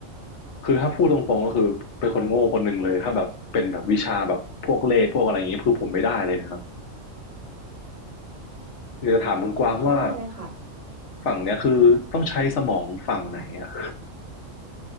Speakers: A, on the left; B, on the right.
A: คือถ้าพูดตรงๆก็คือเป็นคนโง่คนหนึ่งเลยถ้าแบบเป็นแบบวิชาแบบพวกเลขพวกอะไรอย่างเงี้ยคือผมไม่ได้เลยนะครับเดี๋ยวถามคุณกวางว่า
B: อืมเข้าใจเลยค่ะ
A: ฝั่งเนี้ยคือต้องใช้สมองฝั่งไหนอะ